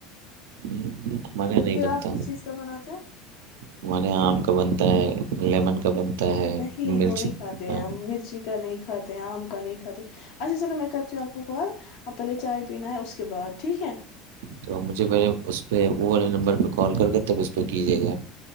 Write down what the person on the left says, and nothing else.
پھر
آپ ک چیز کا بناتے ہیں
نہیں
وہ نہیں کھاتے
ہیں ہم مرچی کا نہیں کھاتے آم کا نہیں کھاتے اچھا چلو میں کرتی ہوں آپ کو کال اب پہلے چائے پینا ہے اس کے بعد ٹھیک ہے